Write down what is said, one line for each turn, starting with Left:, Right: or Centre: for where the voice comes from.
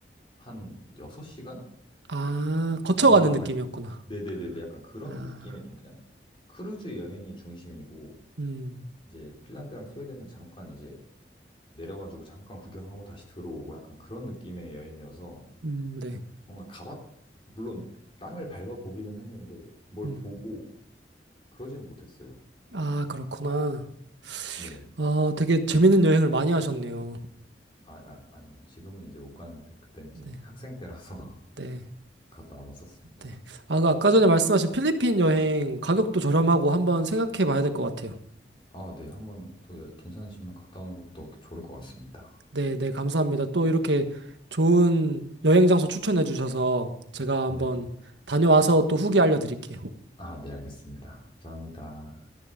Left: 한 6시간
Right: 아, 거쳐가는
Left: 정도만,
Right: 느낌이었구나.
Left: 이- 네네네네. 약간 그런
Right: 아.
Left: 느낌의 좀 그냥 크루즈 여행이 중심이고,
Right: 음,
Left: 이제 핀란드랑 스웨덴은 잠깐 이제 내려가지고 잠깐 구경하고 다시 들어오고 약간 그런 느낌의 여행이어서
Right: 음, 네.
Left: 뭔가 가봤, 물론 땅을 밟아보기는 했는데 뭘
Right: 음.
Left: 보고 그러지는 못했어요.
Right: 아, 그렇구나.
Left: 네.
Right: 아, 되게 재밌는 여행을 많이 하셨네요.
Left: 아, 아, 아니에요. 지금은 이제 못 가는데 그때 이제
Right: 네,
Left: 학생 때라서 <laughs>
Right: 네,
Left: 갔다 와봤었습니다.
Right: 네. 아, 그 아까 전에 말씀하신 필리핀 여행 가격도 저렴하고 한번 생각해 봐야 될 것 같아요.
Left: 아, 네. 한 번 또 여- 괜찮으시면 갔다 오는 것도 좋을 것 같습니다.
Right: 네, 네, 감사합니다. 또 이렇게 좋은 여행 장소 추천해 주셔서 제가 한번
Left: 네.
Right: 다녀와서 또 후기 알려드릴게요.
Left: 아, 네. 알겠습니다. 감사합니다.